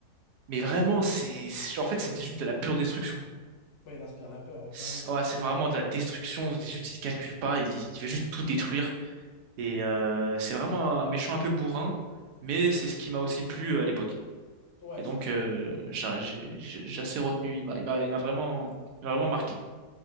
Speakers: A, on the right; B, on the left.
A: mais vraiment, c'est, c'est- en fait, c'était juste de la pure destruction.
B: il inspire la peur, hein, clairement,
A: C'est-
B: faut
A: Ouais,
B: le dire.
A: c'est vraiment de la destruction. C'est juste, il calcule pas, il, il veut juste tout détruire. Et euh, c'est vraiment un, un méchant un peu bourrin, mais c'est ce qui m'a aussi plu euh, à l'époque.
B: Ouais,
A: Et donc,
B: c'est clair.
A: euh, j'ai j'ai- j'ai assez
B: Hmm.
A: retenu. Il m'a, il m'a, il m'a vraiment, il m'a vraiment marqué.